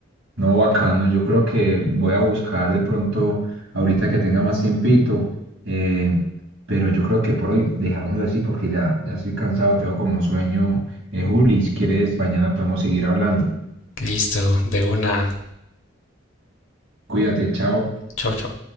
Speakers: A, on the right; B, on the left.
A: No, bacano. Yo creo que voy a buscar de pronto, ahorita que tenga más tiempito, eh, pero yo creo que por hoy dejamos así porque ya, ya estoy cansado, tengo como sueño. Eh, Juli, si quieres, mañana podemos seguir hablando.
B: Listo, de una.
A: Cuídate, chao.
B: Chao, chao.